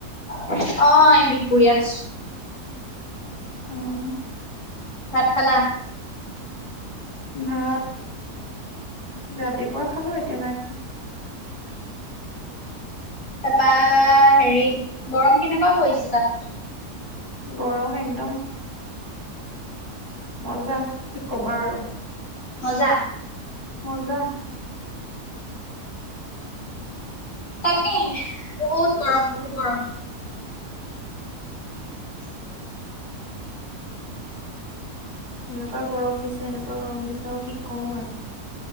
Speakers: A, on the left; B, on the right.
A: অ', এ বিহপুৰীয়াত আছো।
B: উম।
A: ভাত খালা?
B: ভাত ৰাতিপুৱা খালো এতিয়া নাই খোৱা।
A: তাৰপা হেৰি গৰম কেনেকুৱা পৰিছে তাত?
B: গৰম একদম মজা কি কবা আৰু।
A: মজা!
B: মজা!
A: তাকেহে বহুত গৰম বহুত গৰম। <inaudible>
B: এনেকুৱা গৰম দিছে এনেকুৱা গৰম দিছে আৰু সি কম আৰু।